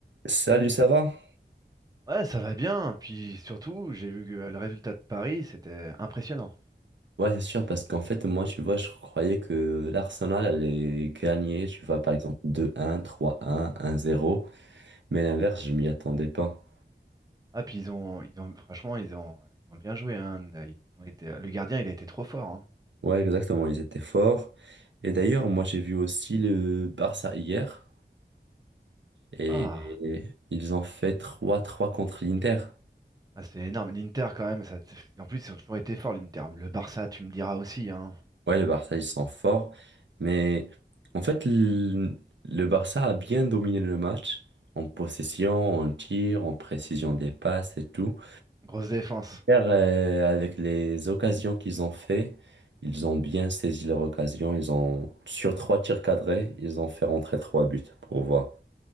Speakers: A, on the right (about 80°); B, on the right (about 20°).
A: Salut, ça va?
B: Ouais, ça va bien. Puis surtout, j'ai vu que le résultat de Paris, c'était impressionnant.
A: Ouais, c'est sûr, parce qu'en fait, moi, tu vois, je croyais que l'Arsenal allait gagner, tu vois, par exemple, deux un, trois un, un zéro. mais à l'inverse, je m'y attendais pas.
B: Ah, puis ils ont, ils ont, franchement, ils ont, ils ont bien joué. hein. Ils ont été, le gardien, il a été trop fort. hein.
A: Ouais, exactement, ils étaient forts. Et d'ailleurs, moi, j'ai vu aussi le Barça hier, et
B: Ah,
A: ils ont fait trois trois contre l'Inter.
B: ah, c'est énorme. L'Inter, quand même, ça, en plus, ils ont toujours été forts, l'Inter. Le Barça, tu me diras aussi. Hein.
A: Ouais, le Barça, ils sont forts, mais en fait, le, le Barça a bien dominé le match, en possession, en tir, en précision des passes et tout.
B: Grosse défense.
A: Car, euh, avec les occasions qu'ils ont fait, ils ont bien saisi leur occasion. Ils ont, sur trois tirs cadrés, ils ont fait rentrer trois buts pour voir.